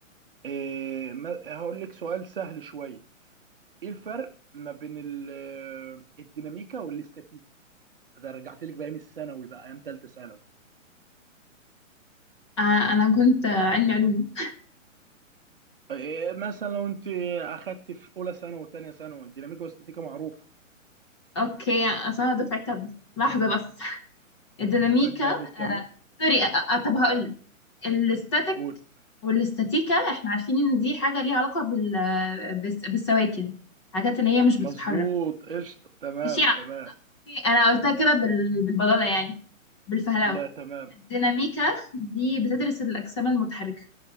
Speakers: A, on the right (about 40°); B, on the left (about 20°).
A: آه ما- هقول لك سؤال سهل شوية ايه الفرق ما بين ال- الديناميكا والاستاتيكا ده رجعت لك بايام الثانوي بقى ايام ثالثه ثانوي
B: آه، انا كنت آه، علمي علوم
A: إيه مثلا لو انت اخدت في اولى ثانوي وثانيه ثانوي الديناميكا والاستاتيكا معروفه
B: اوكي اصل انا دفعة تابلت لحظة بس الديناميكا
A: دفعه تابلت
B: آه،
A: كمان
B: سوري آه، آه، طب هقول لك الاستاتيك
A: قول
B: والاستاتيكا احنا عارفين ان دي حاجة ليها علاقة بال... آه، بالس- بالسواكن حاجات اللي هي مش بتتحرك
A: مظبوط قشطه تمام
B: ماشي
A: تمام
B: اوكي انا قلتها كده بال... بالبلالة يعني بالفهلوة
A: لا تمام
B: الديناميكا دي بتدرس الأجسام المتحركة